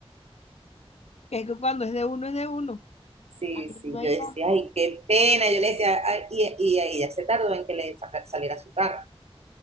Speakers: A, on the left (about 85°); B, on the right (about 75°).
A: Es que cuando es de uno, es de uno.
B: Sí,
A: Ahí
B: sí,
A: no hay
B: yo decía,
A: pa-
B: ay, qué pena. Yo le decía, ay, y, y ahí ya se tardó en que le saca- saliera su carro.